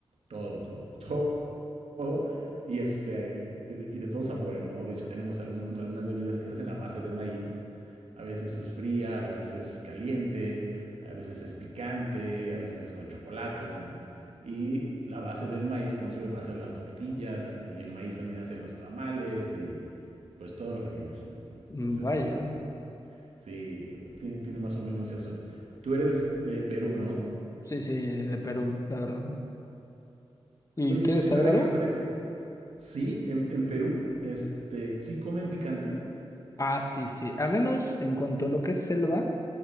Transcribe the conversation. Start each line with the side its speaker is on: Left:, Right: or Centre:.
Right: Todo, todo, <laughs> todo. todo y, este, de, de, y de todos sabores, ¿no? De hecho, tenemos alguno, algunas bebidas que se hacen a base de maíz a veces es fría, a veces es caliente, a veces es picante, a veces es con chocolate, ¿no? Y la base del maíz pues, nos sirve para hacer las tortillas y el maíz también hace los tamales y pues todo lo que te imagines, ¿no?
Left: mm,
Right: Entonces,
Left: vaya.
Right: es, sí, tiene, tiene más o menos eso. Tú eres de Perú, ¿no?
Left: Sí, sí, de Perú, la verdad. ¿Y
Right: Oye,
Left: quieres
Right: yo siempre
Left: saber algo?
Right: quiero saber, eh, sí, en, en Perú, este, ¿sí comen picante?
Left: Ah, sí, sí. A menos en cuanto a lo que es selva.